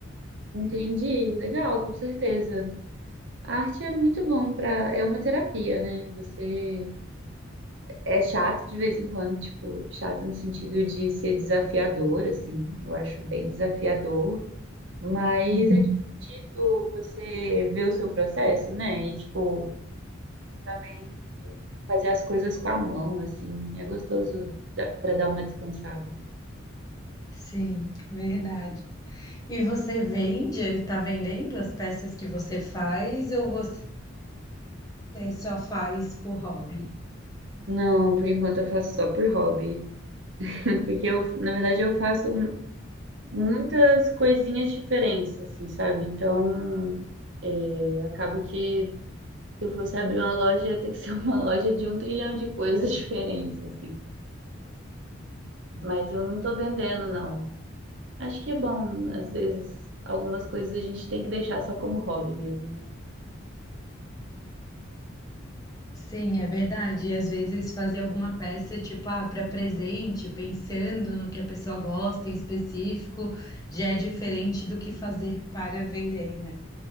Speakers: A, on the right; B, on the left.
A: Entendi, legal, com certeza. A arte é muito bom para, é uma terapia, né? Você é chato de vez em quando, tipo, chato no sentido de ser desafiador, assim. Eu acho bem desafiador, mas
B: Uhum.
A: é divertido você ver o seu processo, né? E tipo, também fazer as coisas com a mão, assim. É gostoso para dar uma descansada.
B: Sim, verdade. E você vende, está vendendo as peças que você faz, ou você só faz por hobby?
A: Não, por enquanto eu faço só por hobby. Porque eu, na verdade, eu faço muitas coisinhas diferentes, assim, sabe? Então, é, acaba que se eu fosse abrir uma loja, ia ter que ser uma <laughs> loja de um trilhão de coisas <laughs> diferentes, assim. Mas eu não tô vendendo, não. Acho que é bom, às vezes, algumas coisas a gente tem que deixar só como hobby mesmo, né?
B: Sim, é verdade. E às vezes fazer alguma peça, tipo, ah, para presente, pensando no que a pessoa gosta em específico, já é diferente do que fazer para vender, né?